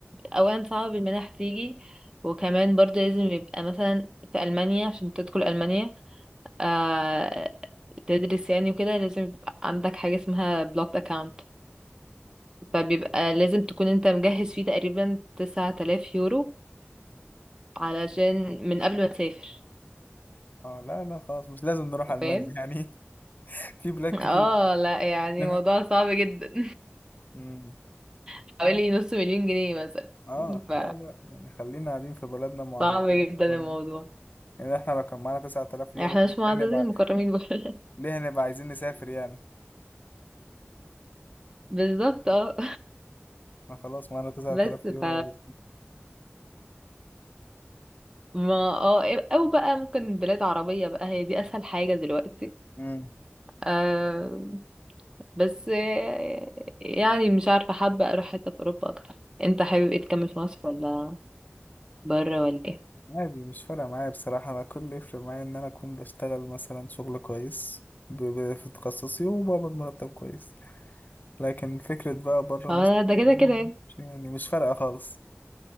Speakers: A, on the right; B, on the left.
A: اولا صعب المنح تيجي وكمان برضو لازم يبقى مثلا في ألمانيا عشان تدخل ألمانيا آه تدرس يعني وكده لازم يبقى عندك حاجة اسمها بلوك account فبيبقى لازم تكون انت مجهز فيه تقريبا 9000 يورو علشان من قبل ما تسافر
B: اه لا لا خلاص مش لازم نروح ألمانيا
A: فاهم
B: يعني <laughs> في بلاد كتير
A: اه لا يعني
B: <laughs>
A: موضوع صعب جدا
B: مم.
A: <laughs>
B: لا
A: حوالي نص مليون جنيه مثلا
B: اه
A: ف
B: لا لا يعني خلينا قاعدين في بلدنا معززين
A: صعب جدا
B: في بلدنا.
A: الموضوع
B: يعني احنا لو كان معانا 9000 يورو
A: احنا
B: كنا
A: مش معددين
B: ليه هنبقى
A: المكرمين بره
B: ليه هنبقى عايزين نسافر يعني
A: <laughs> بالظبط اه
B: احنا خلاص معانا 9000
A: بس ف
B: يورو عايزين
A: ما اه او بقى ممكن بلاد عربية بقى هي دي اسهل حاجة دلوقتي
B: مم.
A: آه، بس آه، يعني مش عارفة حابة أروح حتة في أوروبا أكتر أنت حابب إيه تكمل في مصر ولا بره ولا إيه؟
B: عادي مش فارقة معايا بصراحة أنا كل اللي يفرق معايا إن أنا أكون بشتغل مثلا شغل كويس ب- ب- في تخصصي وبقبض مرتب كويس لكن فكرة بقى بره
A: هو
B: مصر
A: ده كده كده يعني
B: يعني مش فارقة خالص